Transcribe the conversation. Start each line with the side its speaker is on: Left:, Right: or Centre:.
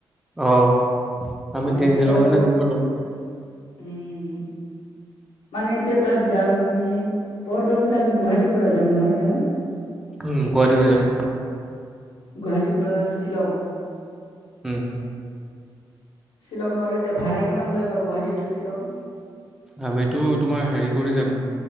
Centre: আহ আমি
Left: মানে
Centre: তিনিদনৰ
Left: তেতিয়ালৈকে
Centre: কাৰণে য
Left: উম। মানে এতিয়া তাত যাম, আমি প্ৰথমতে আমি গুৱাহাটীৰ পৰা যাম নহয় জানো?
Centre: উম গুৱাহাটীৰ পৰা যাম।
Left: গুৱাহাটীৰ পৰা শ্বিলং।
Centre: হম।
Left: শ্বিলঙৰ এতিয়া ভাড়া কিমান লৈ বা গুৱাহাটী টু শ্বিলং।
Centre: আমিতো তোমাৰ হেৰি কৰি যাম